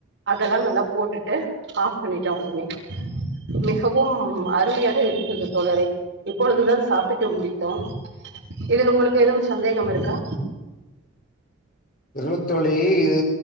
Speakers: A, on the right (about 55°); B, on the left (about 40°).
A: அதெல்லா நல்லா போட்டுட்டு ஆஃப் பண்ணிட்ட உடனே மிகவும் அருமையாக இருந்தது தோழரே இப்பொழுதுதான் சாப்பிட்டு முடித்தோம் இதுல உங்களுக்கு எதுவும் சந்தேகம் இருக்கா
B: இதுவு தோழி இது